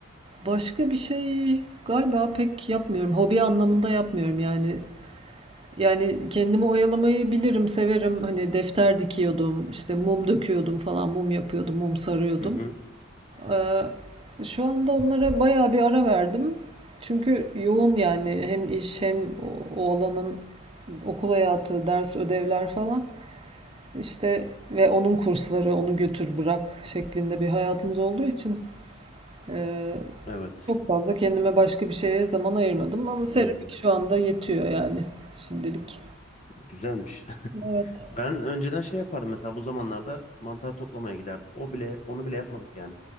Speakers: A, on the right; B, on the left.
A: başka bir şey galiba pek yapmıyorum. Hobi anlamında yapmıyorum yani. Yani kendimi oyalamayı bilirim, severim. Hani defter dikiyordum, işte mum döküyordum falan, mum yapıyordum, mum sarıyordum.
B: Hı hı.
A: Ee, şu anda onlara bayağı bir ara verdim. Çünkü yoğun yani hem iş hem o, o alanın okul hayatı, ders, ödevler falan. İşte ve onun kursları, onu götür bırak şeklinde bir hayatımız olduğu için e,
B: Evet.
A: çok fazla kendime başka bir şeye zaman ayırmadım ama seramik
B: Hmm,
A: şu anda yetiyor yani şimdilik.
B: güzelmiş. <laughs>
A: Evet.
B: Ben önceden şey yapardım mesela bu zamanlarda mantar toplamaya giderdik. O bile onu bile yapmadık yani.